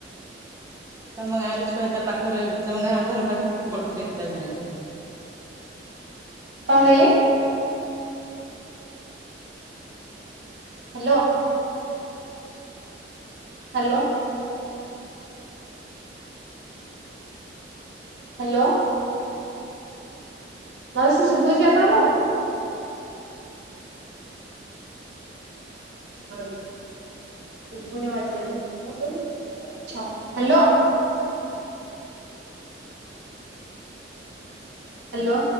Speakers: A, on the right (about 15°); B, on the right (about 70°).
A: ତମ ଗାଁ ର ଛୁଆ ତା ପାଖରେ ତମ ଗାଁ ଘର ପାଖରେ କିଏ ପଢୁଥିଲେ ତା ସାଙ୍ଗରେ।
B: କଣ କହିଲେ? ହ୍ୟାଲୋ। ହ୍ୟାଲୋ। ହ୍ୟାଲୋ। ମାଉସି ଶୁଭୁଛି ଆପଣଙ୍କୁ? ହ୍ୟାଲୋ। ହ୍ୟାଲୋ।